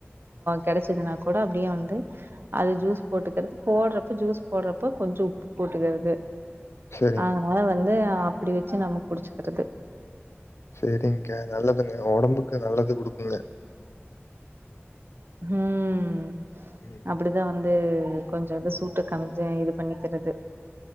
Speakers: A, on the right (about 55°); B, on the left (about 75°).
A: கெடச்சதுன்னா கூட அப்டியே வந்து அது ஜூஸ் போட்டுகர்து போடுறப்ப ஜூஸ் போடுறப்ப கொஞ்சோ உப்பு போட்டுக்கர்றது
B: சேரிங்க
A: அவ்தா அத வந்து அப்டி வச்சு நம்ம குடிச்சுக்கர்றது
B: செரிங்க்கா நல்லதுங்க ஒடம்புக்கு நல்லது குடுக்குங்க
A: ம்
B: ம்
A: அப்டி தா வந்து கொஞ்சோ வந் சூட்ட கமிஞ்ச இது பண்ணிக்கிறது